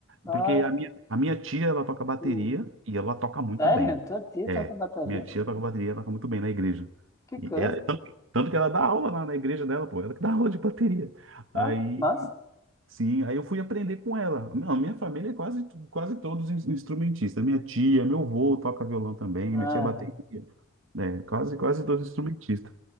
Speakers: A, on the left (about 15°); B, on the right (about 75°).
A: Ah,
B: porque a minha, a minha tia, ela toca bateria
A: hum.
B: e ela toca muito
A: Sério?
B: bem.
A: Tua tia
B: É,
A: toca bateria?
B: minha tia toca bateria, ela toca muito bem na igreja.
A: Que
B: E
A: coisa.
B: é- tanto que ela dá aula lá na igreja dela, pô, ela que dá aula de bateria.
A: Ah,
B: Aí,
A: mas.
B: sim, aí eu fui aprender com ela. Não, minha família é quase, quase todos ins- instrumentistas. Minha tia, meu avô toca violão também,
A: Ah,
B: minha tia é bateria,
A: né?
B: né? Quase, quase todos instrumentistas.